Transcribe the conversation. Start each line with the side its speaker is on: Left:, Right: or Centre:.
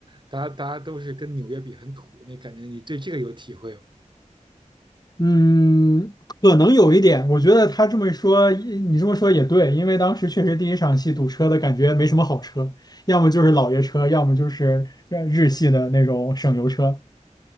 Right: 大家大家都是跟纽约比很土，那感觉你对这个有体会吗？
Left: 嗯，可能有一点，我觉得他这么一说，你这么说也对，因为当时确实第一场戏堵车的感觉没什么好车，要么就是老爷车，要么就是呃日系的那种省油车。